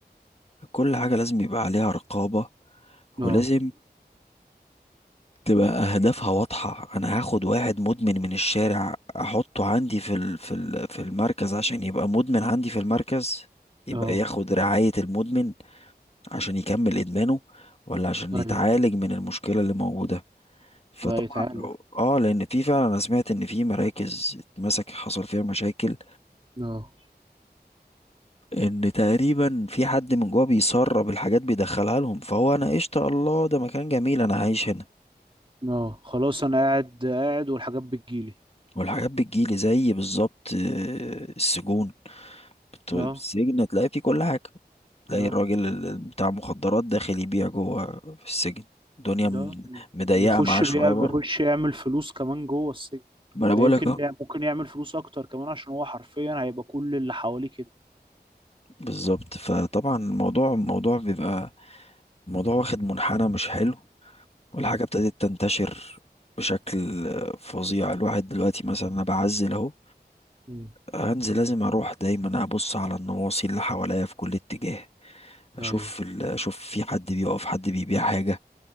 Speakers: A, on the left (about 35°); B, on the right (about 30°).
A: كل حاجة لازم يبقى عليها رقابة
B: اه
A: ولازم تبقى اهدافها واضحة انا هاخد واحد مدمن من الشارع احطه عندي في ال في ال في المركز عشان يبقى مدمن عندي في المركز يبقى
B: اه
A: ياخد رعاية المدمن عشان يكمل ادمانه ولا عشان
B: طيب
A: يتعالج من المشكلة اللي موجودة فطبعا
B: لا يتعالج
A: لو اه لان في فعلا انا سمعت ان في مراكز اتمسك حصل فيها مشاكل
B: اه
A: ان تقريبا في حد من جوه بيسرب الحاجات بيدخلها لهم فهو انا قشطه الله ده مكان جميل انا عايش هنا
B: اه خلاص انا قاعد قاعد والحاجات بتجيلي
A: والحاجات بتجيلي زي بالظبط آه، السجون بت- السجن
B: اه
A: تلاقي فيه كل حاجه تلاقي
B: اه
A: الراجل ال- بتاع مخدرات داخل يبيع جوه في السجن الدنيا
B: ده
A: م- مضيقه
B: بيخش
A: معاه شويه
B: بيع
A: بره
B: بيخش يعمل فلوس كمان جوه السجن
A: ما انا
B: ده
A: بقولك
B: يمكن
A: اه
B: بيع ممكن يعمل فلوس اكتر كمان عشان هو حرفيا هيبقى كل اللي حواليه كده
A: بالظبط فطبعا الموضوع الموضوع بيبقى الموضوع واخد منحنى مش حلو والحاجة
B: مم.
A: ابتدت تنتشر بشكل فظيع الواحد دلوقتي مثلا أنا بعزل أهو
B: مم.
A: هنزل لازم أروح دايما أبص على النواصي اللي حواليا في كل اتجاه أشوف
B: ايوه
A: ال... أشوف في حد بيقف حد بيبيع حاجة